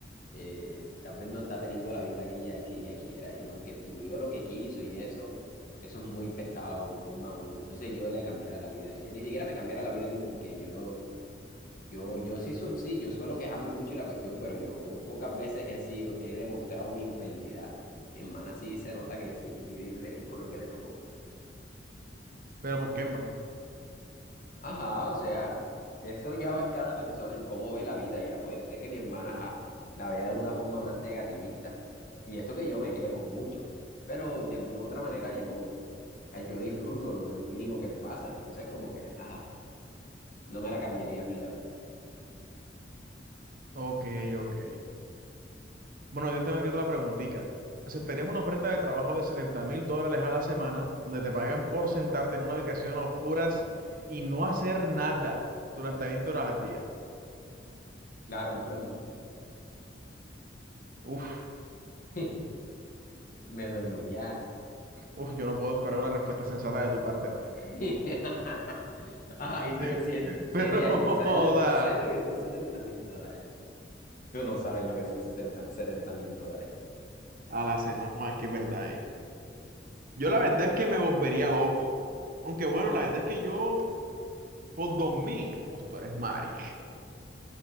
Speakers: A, on the left; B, on the right.
A: eh, tal vez no está teniendo la vida que ella, que ella quiera y aunque estudió lo que quiso y eso, eso es muy pesado, muy mamón. Entonces yo le cambiara la vida a ella, ni siquiera me cambiara la vida a mí porque yo, yo, yo sí, su- sí, yo suelo quejarme mucho y la cuestión, pero yo pocas veces he sido, he demostrado mi infelicidad. Mi hermana sí se nota que sí vive infeliz con lo que le tocó.
B: pero ¿por qué, hermano?
A: Ajá, o sea, eso ya va en cada persona, en cómo ve la vida, ya puede ser que mi hermana, ajá, la vea de una forma más negativista. Y eso que yo me quejo mucho, pero de alguna u otra manera yo, ay, yo disfruto lo, lo mínimo que me pasa, entonces como que, ajá, no me la cambiaría a mí, la verdad.
B: Ok, ok. Bueno, yo te tengo aquí otra preguntita. ¿Aceptarías una oferta de trabajo de 70 mil dólares a la semana, donde te pagan por sentarte en una habitación a oscuras y no hacer nada durante 20 horas al día?
A: Claro, me duermo.
B: Uf,
A: <laughs> Me duermo y ya.
B: uf, yo no puedo esperar una respuesta sensata de tu parte, marica.
A: <laughs> Ay, pero
B: <laughs>
A: si es, si
B: Pero,
A: es de ahí, ¿sabes
B: joda.
A: lo, sabes lo que son setenta mil dólares? Tú no sabes lo que son 60, setenta mil dólares.
B: A la semana. Uah, es que es verdad es. Yo la verdad es que me volvería loco. Aunque bueno, la verdad es que yo, por dormir, uf, tú eres maric.